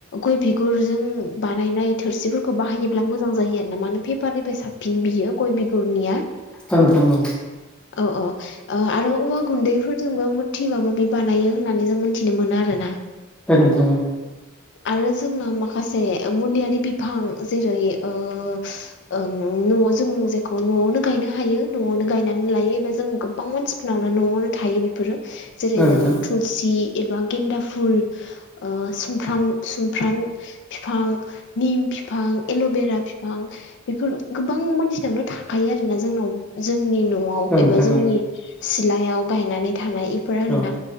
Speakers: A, on the left (about 55°); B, in the centre.
A: गय बिगुरजों बानायनाय थोरसिफोरखौ बाहायोब्ला मोजां जायो आर ना मानो पेपारनिफ्राय साबसिन बियो। गय बिगुरनिया।
B: ओं नोंथां औ
A: अ अ। ओ आरो औवा गुन्दैफोरजोंबो मुरथि माबा मिबि बानायो होननानै जों मोनथिनो मोनो आरो ना।
B: ओं नोंथां औ
A: आरो जोंना माखासे मुलियारि बिफां जेरै ओ ओं न'आव जों जेखौ न'आवनो गायनो हायो न'आवनो गायनानै लायो। एबा जों गोबां मानसिफोरनावनो न'आवनो थायो बेफोरो जेरै
B: औ नोंथां
A: जोङो थुलसि एबा गेन्दा फुल, ओ सुमफ्राम सुमफ्राम फिफां निम फिफां एल'बेरा बिफां बेफोर गोबां मानसिनावनो थाखायो आरोना जोंनाव जोंनि न' आव
B: औ नोंथां
A: एबा जोंनि
B: औ
A: सिलायाव गायनानै थानाय इफोर आरो
B: औ
A: ना।